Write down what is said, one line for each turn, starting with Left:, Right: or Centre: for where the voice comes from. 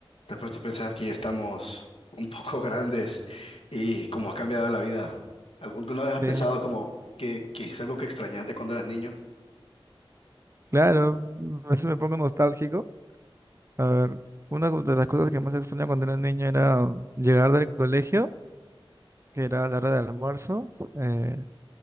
Left: Te has puesto a pensar que ya estamos un poco <laughs> grandes y cómo ha cambiado la vida. ¿Alguna vez has
Right: Sí,
Left: pensado como que, que es algo que extrañaste cuando eras niño?
Right: claro, a veces me pongo nostálgico. A ver, una de las cosas que más extraña cuando era niño era llegar del colegio, que era la hora del almuerzo, eh,